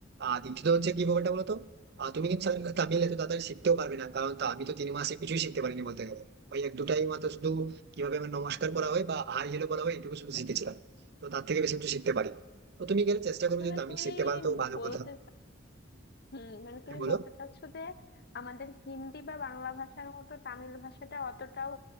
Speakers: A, on the right; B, on the left.
A: আর দ্বিতীয়ত হচ্ছে কি ব্যাপারটা বলতো আর তুমি কিন্তু স্যার তামিল এত তাড়াতাড়ি শিখতেও পারবে না কারণ তা- আমি তো তিন মাসে কিছুই শিখতে পারিনি বলতে গেলে ওই এক দুটাই মাত্র শুধু কিভাবে আমার নমস্কার বলা হয় বা হাই হ্যালো বলা হয় এটুকু শুধু শিখেছিলাম তো তার থেকে বেশি কিছু শিখতে পারি তো তুমি গেলে চেষ্টা করবে
B: মানে
A: যদি তামিল
B: তুমি
A: শিখতে পারো তো ভালো
B: বলতে
A: কথা
B: হুম মানে
A: হ্যাঁ
B: তুমি
A: বলো
B: বলতে চাচ্ছো যে আমাদের হিন্দি বা বাংলা ভাষার মতো তামিল ভাষাটা অতটাও